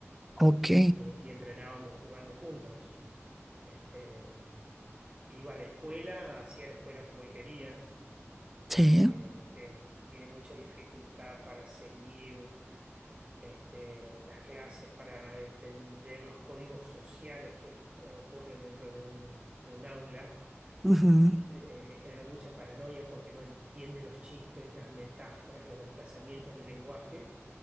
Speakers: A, in the centre; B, on the right.
A: ok,
B: y, y entrenábamos jugando juntos. Este, Iba a la escuela, hacía la escuela como él quería, porque
A: sí.
B: le, le tiene mucha dificultad para seguir este, las clases, para entender los códigos sociales que eh, ocurren dentro de un, de un aula.
A: ujú.
B: Le, eh, le genera mucha paranoia porque no entiende los chistes, las metáforas, los desplazamientos del lenguaje.